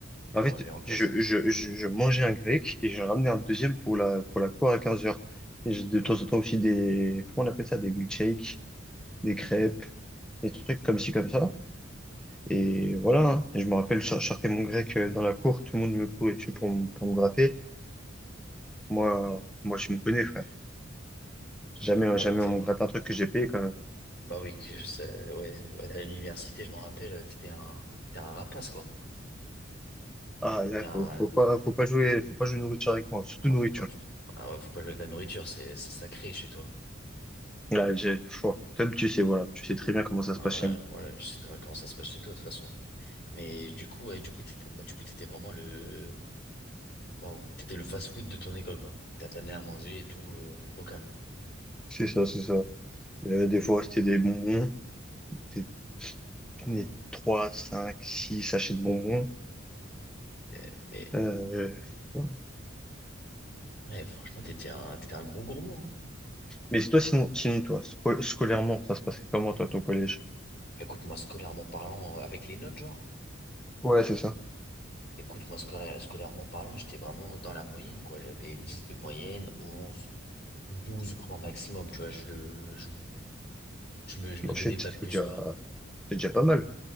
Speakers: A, on the left (about 60°); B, in the centre.
A: Tu
B: En
A: manger
B: fait,
A: en classe.
B: je, je, je, je mangeais un grec et j'en ramenais un deuxième pour la, pour la cour à 15 heures. Et j'ai de temps en temps aussi des, comment on appelle ça, des milkshakes, des crêpes, des trucs comme ci, comme ça. Et voilà, hein. Et je me rappelle, je je sortais mon grec euh, dans la cour, tout le monde me courait dessus pour, me- pour me gratter. Moi, moi, je me connais, frère. Jamais,
A: Ah
B: jamais
A: ouais, t'es-
B: on me gratte un truc que j'ai payé quand même.
A: bah oui, que je sais, ouais, ouais, à l'université, je m'en rappelle, t'étais un, t'étais un rapace, quoi.
B: Ah, là,
A: Un,
B: faut, faut pas, faut pas jouer, faut pas jouer nourriture avec moi, surtout
A: un-
B: nourriture.
A: faut pas, ah ouais, faut pas jouer avec la nourriture, c'est c'est sacré chez toi.
B: Là, j'ai, faut, Tom, tu sais, voilà, tu sais très bien comment ça
A: Ah
B: se passe
A: ouais,
B: chez moi.
A: ouais, je sais très bien comment ça se passe chez toi de toute façon. Mais du coup, ouais, du coup, t'étais, du coup, t'étais vraiment le, waouh, t'étais le fast-food de ton école, quoi. T'as t'amené à manger et tout, euh, au calme.
B: C'est ça, c'est ça. Euh, des fois, c'était des bonbons, des, des 3, 5, 6 sachets de bonbons.
A: Et- mais,
B: Euh, voilà.
A: ouais, franchement, t'étais un, t'étais un gros gourmand, hein.
B: mais c'est toi, sinon, sinon toi, sco- scolairement, ça se passait comment, toi, ton collège?
A: Écoute, moi, scolairement parlant, euh, avec les notes, genre,
B: Ouais, c'est ça.
A: écoute, moi, scola- scolairement parlant, j'étais vraiment dans la moyenne, quoi. J'avais 10 de moyenne, onze 12 grand maximum, tu vois, je, je, je me, je me
B: Bon,
A: donnais
B: c'est
A: pas
B: c'est
A: plus,
B: déjà,
A: quoi.
B: c'est déjà pas mal.